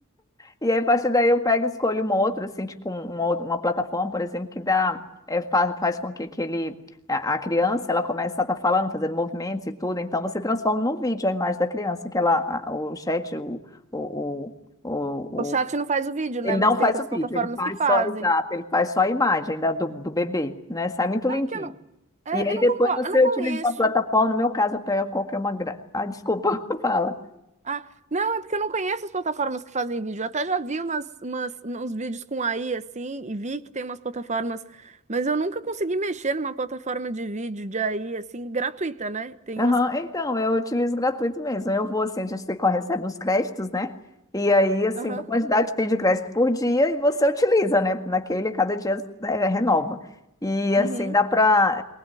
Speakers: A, on the left (about 15°); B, on the right (about 30°).
A: E aí, a partir daí, eu pego e escolho uma outra, assim, tipo um, uma, outra- uma plataforma, por exemplo, que dá, é, faz, faz com que, que ele, a a criança, ela comece a estar falando, fazendo movimentos e tudo. Então, você transforma num vídeo a imagem da criança, que ela, a- o chat, o, o, o, o-
B: O chat
A: o-
B: não faz o vídeo, né?
A: ele
B: Mas
A: não faz
B: tem outras
A: o vídeo,
B: plataformas
A: ele faz
B: que fazem.
A: só, exato, ele faz só a imagem da, do, do bebê, né? Sai muito
B: Sabe
A: lindinho.
B: que eu não. é,
A: E aí,
B: eu não
A: depois,
B: concordo,
A: você
B: eu não conheço.
A: utiliza uma plataforma, no meu caso, eu pego qualquer uma... Gra... Ah, desculpa, <laughs> fala.
B: Ah, não, é porque eu não conheço as plataformas que fazem vídeo. Eu até já vi umas, umas- uns vídeos com AI assim, e vi que tem umas plataformas, mas eu nunca consegui mexer numa plataforma de vídeo de AI assim, gratuita, né? Tem
A: Aham,
B: umas.
A: Então, eu utilizo gratuito mesmo. Eu vou assim, a gente tem que recebe uns créditos, né? E aí, assim,
B: Aham.
A: uma quantidade de crédito por dia e você utiliza, né? Naquele, cada dia é, renova. E
B: Uhum.
A: assim, dá para